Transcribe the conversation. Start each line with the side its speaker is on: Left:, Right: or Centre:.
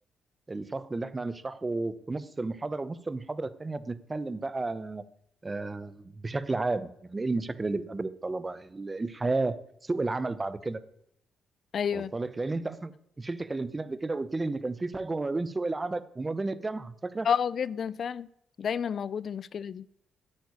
Right: الفصل اللي احنا هنشرحه في نص المحاضره ونص المحاضره الثانيه بنتكلم بقى آه، بشكل عام يعني ايه المشاكل اللي بتقابل الطلبه ال- الحياه سوق العمل بعد كده
Left: ايوه
Right: واصله لك لان انت اصلا مش انت كلمتني قبل كده وقلت لي ان كان في فجوه ما بين سوق العمل وما بين الجامعه فاكره؟
Left: اه جدا فعلا دايما موجود المشكلة دي